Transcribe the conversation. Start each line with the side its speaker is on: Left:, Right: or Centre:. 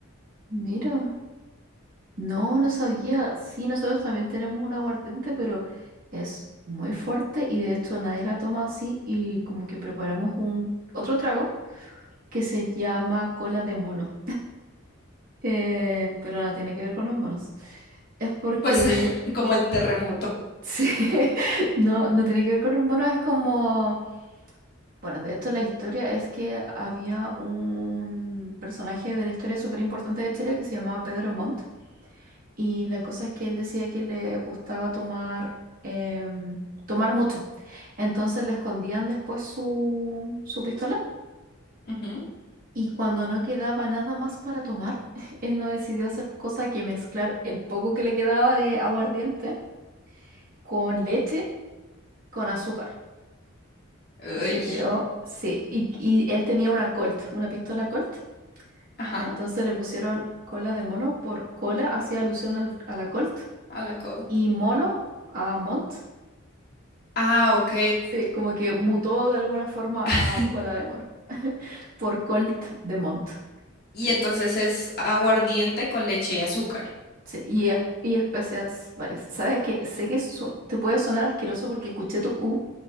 Right: mira, no, no sabía. Sí, nosotros también tenemos un aguardiente, pero es muy fuerte y de hecho nadie la toma así y como que preparamos un otro trago que se llama cola de mono. Eh, pero no tiene que ver con los monos. Es porque
Left: pues <laughs> como el terremoto.
Right: Sí, <laughs> no, no tiene que ver con los monos, es como, bueno, de hecho la historia es que había un personaje de la historia súper importante de Chile que se llamaba Pedro Montt y la cosa es que él decía que le gustaba tomar, em, tomar mucho, entonces le escondían después su, su pistola
Left: Ujú.
Right: y cuando no quedaba nada más para tomar, <laughs> él no decidió hacer cosa que mezclar el poco que le quedaba de aguardiente con leche, con azúcar.
Left: Uy.
Right: Y se creó, sí, y, y él tenía una Colt, una pistola Colt.
Left: Ajá,
Right: Entonces le pusieron cola de mono por cola, hacía alusión al- a la Colt,
Left: a la cold.
Right: y mono a Mont.
Left: Ah, ok.
Right: Sí, como que mutó de alguna forma
Left: <laughs>
Right: a cola de mono, por Colt de Mont.
Left: Y
Right: Sí,
Left: entonces es aguardiente con leche y azúcar.
Right: sí, y, es- y especias varias. Sabes que sé que su- te puede sonar asqueroso porque escuché tu U,